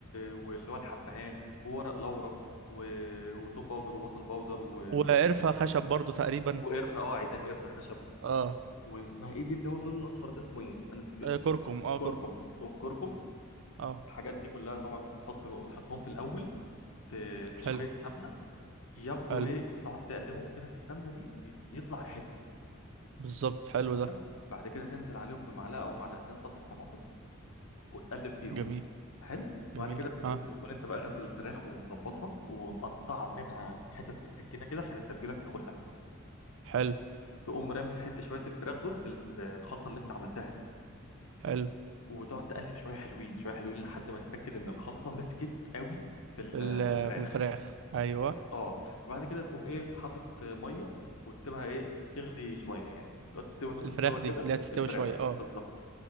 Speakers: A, on the left; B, on the right.
A: واللي هو الحبهان وورق لورا و... وتوم باودر وبصل باودر و...
B: وقرفة
A: و...
B: خشب برضو تقريبا
A: وقرفه اه عيدان قرفه خشب
B: اه
A: واسمها ايه دي اللي هو اللون الاصفر ده اسمه ايه؟ انا نسيت اسمه
B: آه، كركم اه
A: كركم
B: كركم
A: والكركم
B: اه
A: الحاجات دي كلها طبعا بتحط بتحطهم في الاول في في
B: حلو
A: شويه سمنه ياخدوا
B: حلو
A: ايه تقعد تقلبهم كده في السمنه دي ي- يطلع ريحتهم
B: بالظبط حلو ده
A: تمام بعد كده تنزل عليهم بمعلقه او معلقتين صلصه طماطم وتقلب فيهم
B: جميل
A: حلو
B: جميل
A: وبعد كده بتقوم
B: اه
A: بتكون انت بقى غاسل الفراخ ومظبطها ومقطع منها حتت بالسكينه كده عشان التتبيله تدخل لها
B: حلو
A: تقوم رامي الحت شويه الفراخ دول في ال- الخلطه اللي انت عملتها دي
B: حلو
A: وتقعد تقلب شويه حلوين شويه حلوين لحد ما تتاكد ان الخلطه مسكت قوي في ال-
B: في ال-
A: في الفراخ
B: في الفراخ ايوه
A: اه وبعد كده تقوم ايه حاطط ميه وتسيبها ايه تغلي شويه يعني لو تستوي نص
B: الفراخ
A: سوا كده
B: دي اللي هتستوي
A: الفراخ
B: شويه اه
A: بالظبط